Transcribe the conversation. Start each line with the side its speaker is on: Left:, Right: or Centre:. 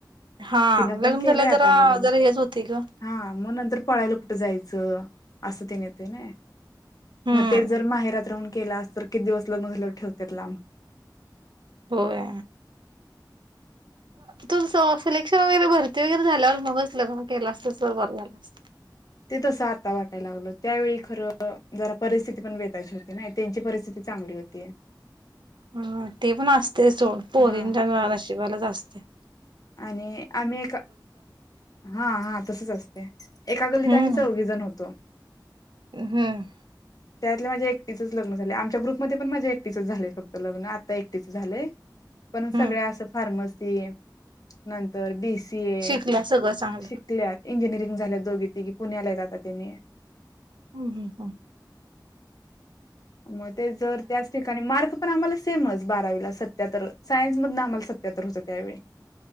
Right: हा
Left: तिनं पण
Right: लग्न
Left: केलंय
Right: झाल्या
Left: आता
Right: जरा
Left: लग्न
Right: जरा हेच होते ग.
Left: हा मग नंतर पळायला कुठं जायचं असं ते नेत ना.
Right: हम्म
Left: मग ते जर माहेरात राहून केला अस तर किती दिवस लग्न झालं ठेवते ला आम.
Right: होय. तू सिलेक्शन वगैरे भरती वगैरे झाल्यावर मग मग केला असत बरं झालं अस.
Left: ते तसं आता वाटायला लागलं त्यावेळी खरं जरा परिस्थिती पण बेतायची होती ना त्यांची परिस्थिती चांगली होती.
Right: ह ते पण असत ते सोड पोरीन
Left: हा
Right: ज नशिवाला असस्ते.
Left: आणि आम्ही. ए हा हा तसच असते एका गल्लीत
Right: हम्म
Left: आम्ही चौघ जण होतो.
Right: हम्म
Left: त्यातले माझे एक लग्न झा आमच्या ग्रुपमध्ये पण माझे एकटीच झाले फक्त लग्न आता एकटीच झाले. पण
Right: हम्म
Left: सगळ्या असं फार्मसी नंतर बीस सी ए.
Right: शिकल्या सगळं चांगलं
Left: शिकल्यात इंजिनिअरिंग झाल्या दोघी ते की आता पुण्याला हायत तेनी.
Right: हं हं हं.
Left: मग ते जर त्याच ठिकाणी मार्क पण आम्हाला सेमच बारावीला सत्याहत्तर, सायन्समधनं आम्हाला सत्याहत्तर होतं त्यावेळी.